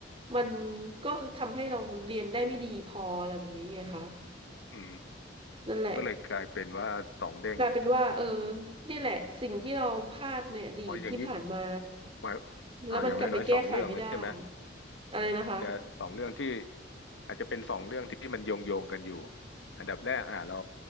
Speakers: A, on the right; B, on the left.
A: มันก็ทำให้เราเรียนได้ไม่ดีพออะไรแบบนี้ไงคะ
B: อืม
A: นั่นแหละ
B: ก็เลยกลายเป็นว่าสองเด้ง
A: กลายเป็นว่าเออนี่แหละสิ่งที่เราพลาดในอดีตที่ผ่านมา
B: อ๋ออย่างนี้หมาย
A: แล้วมันกลับไปแก้ไขไม่ได้
B: อ่าอย่างน้อยๆสองเรื่องแล้วใช่ไหม
A: อะไรนะคะ
B: อาจจะสองเรื่องที่อาจจะเป็นสองเรื่องที่มันโยงโยงกันอยู่อันดับแรกอ่าเรา